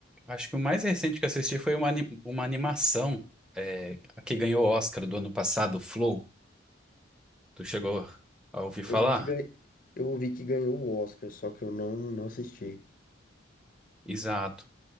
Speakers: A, in the centre; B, on the left.
A: Acho que o mais recente que eu assisti foi uma, ani- uma animação é, que ganhou o Oscar do ano passado, Flow. Tu chegou a ouvir falar?
B: Eu vi que ganha... eu ouvi que ganhou o Oscar, só que eu não, não assisti.
A: Exato.